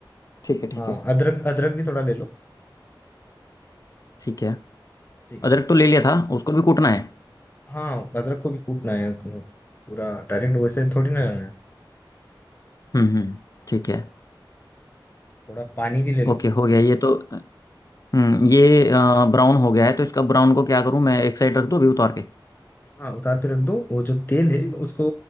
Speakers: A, on the left (about 45°); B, on the left (about 25°).
A: ठीक है ठीक
B: हाँ
A: है
B: अदरक अदरक भी थोड़ा ले लो
A: ठीक है
B: ठीक है
A: अदरक तो ले लिया था उसको भी कूटना है
B: हाँ अदरक को भी कूटना है पूरा डायरेक्ट वैसे थोड़ी ना लेना है
A: हम्म हम्म ठीक है
B: थोड़ा पानी भी ले लो
A: ओके हो
B: अभी
A: गया ये तो हम्म ये ब्राउन हो गया है तो इसका ब्राउन को क्या करूँ मैं एक साइड रख दूँ अभी उतार के
B: हाँ उतार के रख दो वो जो तेल है उसको